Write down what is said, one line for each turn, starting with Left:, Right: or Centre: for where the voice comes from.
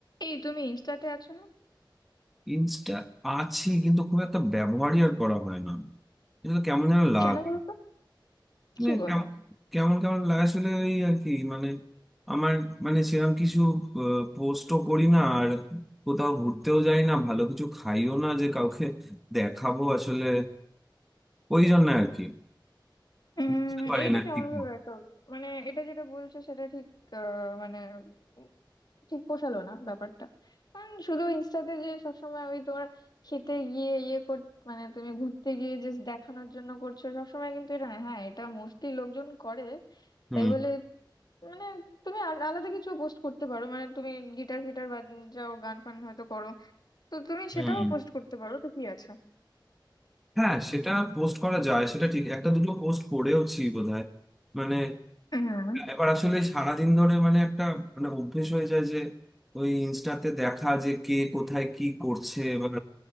Left: এই তুমি ইনস্টাতে আছো না
Centre: Insta আছে কিন্তু খুব একটা ব্যবহারই আর করা হয় না এটা তো কেমন যেন লাগে
Left: কেন বলো তো কি
Centre: মানে
Left: বলো
Centre: কেমন কেমন কেমন লাগে আসলে ওই আর কি মানে আমার মানে সেরকম কিছু পোস্টও করি না আর কোথাও ঘুরতেও যাই না ভালো কিছু খাইও না যে কাউকে দেখাবো আসলে ওই জন্য আর কি
Left: উম
Centre: বুঝতে পারি
Left: এটা
Centre: না
Left: কেমন
Centre: ঠিক
Left: ভাবে
Centre: মতো।
Left: একটা মানে এটা যেটা বলছো সেটা ঠিক আহ, মানে উম, ঠিক পোষালো না ব্যাপারটা কারণ শুধু ইনস্টাতে যে সবসময় ওই তোমার খেতে গিয়ে ইয়ে কর মানে তুমি ঘুরতে গিয়ে জাস্ট দেখানোর জন্য করছো সবসময় কিন্তু এটা না হ্যাঁ এটা মোস্টলি লোকজন করে
Centre: হুম
Left: তাই বলে মানে তুমি আর আলাদা কিছু পোস্ট করতে পারো মানে তুমি গিটার ফিটার বাজাও গান ফান হয়তো করো তো তুমি
Centre: হুম
Left: সেটাও পোস্ট করতে পারো তো কি আছে
Centre: হ্যাঁ সেটা পোস্ট করা যায় সেটা ঠিক একটা দুটো পোস্ট করেওছি বোধহয় মানে
Left: হুম
Centre: এবার আসলে সারাদিন ধরে মানে একটা মানে অভ্যেস হয়ে যায় যে ওই ইনস্টাতে দেখা যে কে কোথায় কি করছে এবার